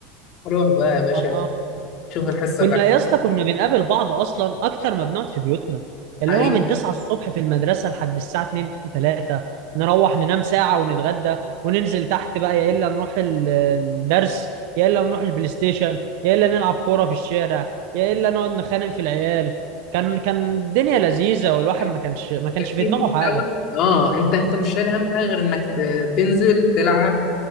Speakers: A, on the left; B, on the right.
A: روح بقى يا باشا
B: آه
A: شوف الحصة
B: كنا
A: اللي
B: يا اسطى كنا بنقابل بعض أصلا أكتر ما بنقعد في بيوتنا اللي
A: حقيقي
B: هو من 9 الصبح في المدرسة لحد الساعة 2 3 نروح ننام ساعة ونتغدى وننزل تحت بقى يا إلا نروح ال- الدرس يا إلا نروح البلاي ستيشن يا إلا نلعب كورة في الشارع يا إلا نقعد نخانق في العيال كان كان الدنيا لذيذة والواحد
A: كان
B: ما كانش ما كانش في
A: في
B: دماغه
A: محتوى
B: حاجة
A: اه انت انت مش شايل اهم حاجه غير انك ت- تنزل تلعب